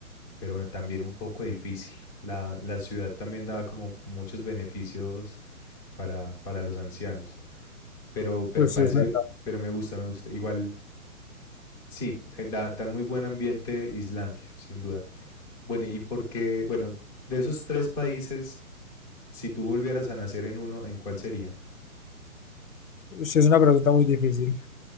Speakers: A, in the centre; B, on the left.
A: pero también un poco difícil. La, la ciudad también da como muchos beneficios para, para los ancianos, pero, pero
B: Pues
A: me parece,
B: sí es una,
A: pero me gusta, me gusta. Igual, sí, eh, da, da muy buen ambiente Islandia, sin duda. Bueno, y porque, bueno, de esos tres países, si tú volvieras a nacer en uno, ¿en cuál sería?
B: sí es una pregunta muy difícil.